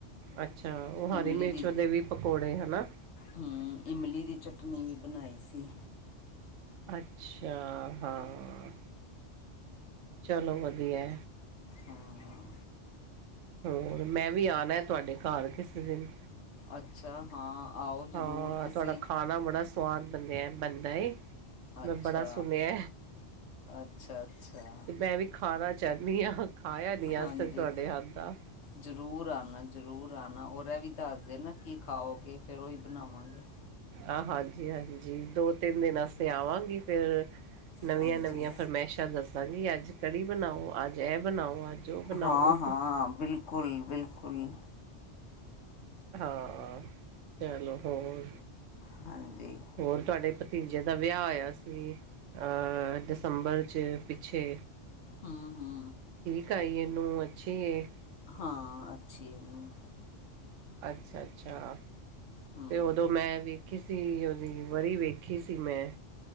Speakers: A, on the right (about 85°); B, on the left (about 70°).
A: ਅੱਛਾ, ਉਹ
B: ਇਮਲੀ
A: ਹਰੀ ਮਿਰਚ
B: ਦੀ
A: ਉਹਦੇ ਵੀ ਪਕੌੜੇ, ਹਨਾ।
B: ਹੂੰ, ਇਮਲੀ ਦੀ ਚਟਨੀ ਵੀ ਬਣਾਈ ਸੀ।
A: ਅੱਛਾ, ਹਾਂ। ਚਲੋ ਵਧੀਐ।
B: ਹਾਂ
A: ਹੋਰ, ਮੈਂ ਵੀ ਆਣਾ ਤੁਹਾਡੇ ਘਰ ਕਿਸੀ ਦਿਨ।
B: ਅੱਛਾ ਹਾਂ। ਆਓ
A: ਹਾਂ
B: ਜ਼ਰੂਰ ਤੁਸੀਂ
A: ਤੁਹਾਡਾ ਖਾਣਾ ਬੜਾ ਸਵਾਦ ਬਣਿਆ ਬਣਦਾ ਏ। ਮੈਂ
B: ਅੱਛਾ
A: ਬੜਾ ਸੁਣਿਆ।
B: ਅੱਛਾ ਅੱਛਾ
A: ਤੇ ਮੈਂ ਵੀ ਖਾਣਾ ਚਾਹੁੰਦੀ ਆਂ, ਖਾਇਆ ਨਹੀਂ
B: ਹਾਂਜੀ
A: ਅੱਜ ਤੱਕ ਤੁਹਾਡੇ ਹੱਥ ਦਾ।
B: ਜ਼ਰੂਰ ਆਉਣਾ ਜ਼ਰੂਰ ਆਉਣਾ ਔਰ ਇਹ ਵੀ ਦੱਸ ਦੇਣਾ ਕੀ ਖਾਓਗੇ ਫਿਰ ਉਹੀ ਬਣਾਵਾਂਗੇ।
A: ਆਹ ਹਾਂਜੀ- ਹਾਂਜੀ ਦੋ- ਤਿੰਨ ਦਿਨ ਵਾਸਤੇ ਆਵਾਂਗੀ ਫਿਰ। ਨਵੀਆਂ-
B: ਹਾਂਜੀ
A: ਨਵੀਆਂ ਫਰਮਾਇਸ਼ਾਂ ਦੱਸਾਂਗੀ ਅੱਜ ਕੜੀ ਬਣਾਓ ਅੱਜ ਇਹ ਬਣਾਓ ਅੱਜ। ਉਹ ਬਣਾਓ
B: ਹਾਂ- ਹਾਂ ਬਿਲਕੁਲ- ਬਿਲਕੁਲ।
A: ਹਾਂ, ਚਲੋ ਹੋਰ?
B: ਹਾਂਜੀ
A: ਹੋਰ ਤੁਹਾਡੇ ਭਤੀਜੇ ਦਾ ਵਿਆਹ ਹੋਇਆ ਸੀ। ਅਹ ਦਸੰਬਰ 'ਚ ਪਿੱਛੇ।
B: ਹਾਂ, ਹਾਂ।
A: ਠੀਕ ਆਈਏ ਨੂੰਹ ਅੱਛੀ ਏ
B: ਹਾਂ ਅੱਛੀ ਨੂੰਹ
A: ਅੱਛਾ, ਅੱਛਾ
B: ਹੂੰ
A: ਤੇ ਉਦੋਂ ਮੈਂ ਵੀ ਕਿਸੀ ਉਹਦੀ ਵਰੀ ਵੇਖੀ ਸੀ ਮੈਂ